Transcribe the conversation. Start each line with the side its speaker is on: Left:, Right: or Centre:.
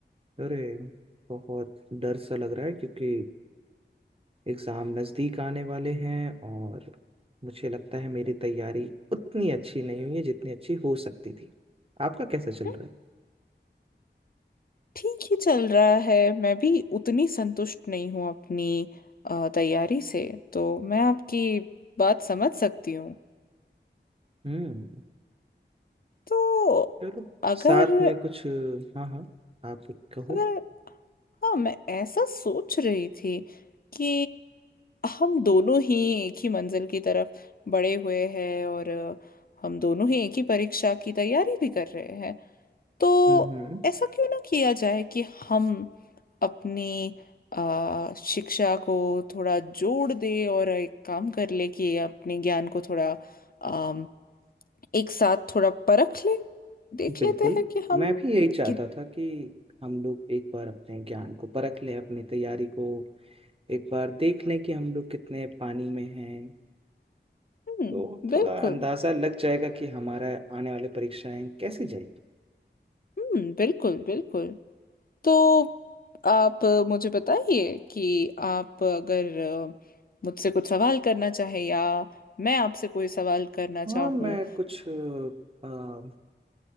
Right: अरे बहुत डर सा लग रहा है क्योंकि एग्ज़ाम नज़दीक आने वाले हैं और मुझे लगता है मेरी तैयारी उतनी अच्छी नहीं हुई है जितनी अच्छी हो सकती थी आपका कैसा चल
Left: हम्म,
Right: रहा है
Left: ठीक ही चल रहा है मैं भी उतनी संतुष्ट नहीं हूँ अपनी अ, तैयारी से तो मैं आपकी बात समझ सकती हूँ
Right: हम्म
Left: तो
Right: चलो
Left: अगर
Right: साथ में कुछ हाँ हाँ आप कहो
Left: अगर हाँ मैं ऐसा सोच रही थी कि हम दोनों ही एक ही मंजिल की तरफ बढ़े हुए हैं और अ, हम दोनों ही एक ही परीक्षा की तैयारी भी कर रहे हैं तो
Right: हम्म हम्म,
Left: ऐसा क्यों ना किया जाए कि हम अपनी अ, शिक्षा को थोड़ा जोड़ दे और एक काम कर ले कि अपने ज्ञान को थोड़ा अम, एक साथ थोड़ा परख ले देख
Right: बिल्कुल
Left: लेते हैं कि हम
Right: मैं भी यही चाहता
Left: कित
Right: था कि हम लोग एक बार अपने ज्ञान को परख लें अपनी तैयारी को एक बार देख लें कि हम लोग कितने पानी में हैं
Left: हम्म,
Right: तो
Left: बिल्कुल
Right: थोड़ा अंदाज़ा लग जाएगा कि हमारा आने वाले परीक्षाएं कैसी जाएगी
Left: हम्म, बिल्कुल बिल्कुल तो आप अ, मुझे बताइए कि आप अगर अ, मुझसे कुछ सवाल करना चाहे या मैं आपसे कोई सवाल करना
Right: हाँ
Left: चाहूँ
Right: मैं कुछ अ, अ,